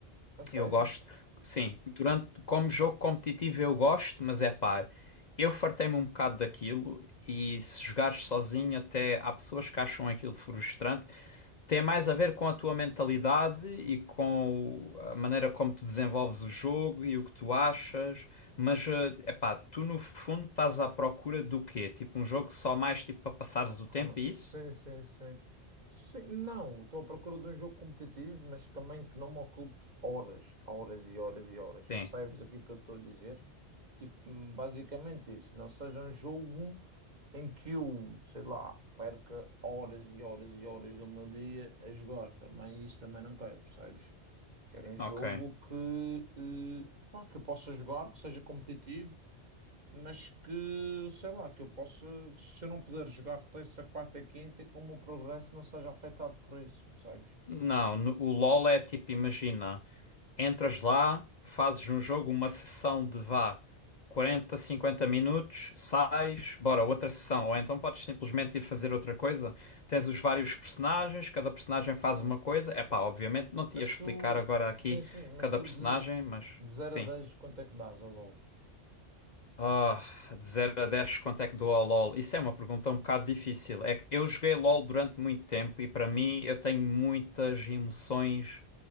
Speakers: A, on the right (about 40°); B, on the left (about 45°).
A: A sério?
B: Eu gosto, sim, durante, como jogo competitivo eu gosto, mas é pá, eu fartei-me um bocado daquilo e se jogares sozinho até há pessoas que acham aquilo frustrante. Tem mais a ver com a tua mentalidade e com o- a maneira como tu desenvolves o jogo e o que tu achas, mas é pá, tu no fundo estás à procura do quê? Tipo um jogo só mais tipo para passares
A: Ok.
B: o tempo, é isso?
A: Sim, sim, sim. Sim, não, estou à procura de um jogo competitivo, mas também que não me ocupe horas, horas e horas e horas.
B: Sim,
A: Percebes aquilo que eu estou a dizer? Tipo, hum, basicamente isso. Não seja um jogo em que eu, sei lá, perca horas e horas e horas do meu dia a jogar. Também isso também não quero, percebes? Quero um jogo
B: ok.
A: que, eh, pá, que eu possa jogar, que seja competitivo mas que, sei lá, que eu possa, se eu não puder jogar terça, quarta e quinta, que o meu progresso não seja afetado por isso, percebes?
B: Não, no- o LoL é tipo, imagina, entras lá, fazes um jogo, uma sessão de vá 40, 50 minutos, sais, bora, outra sessão. Ou então podes simplesmente ir fazer outra coisa. Tens os vários personagens, cada personagem
A: Ok.
B: faz uma coisa. É pá, obviamente não te
A: Mas
B: ia explicar
A: tu,
B: agora
A: tu-
B: aqui
A: sim, sim, mas
B: cada
A: tu
B: personagem,
A: de, de
B: mas
A: 0
B: sim.
A: a 10 quanto é que dás ao LOL?
B: Ah, de zero a 10 quanto é que dou ao LoL? Isso é uma pergunta um bocado difícil. É que eu joguei LoL durante muito tempo e para mim eu tenho muitas emoções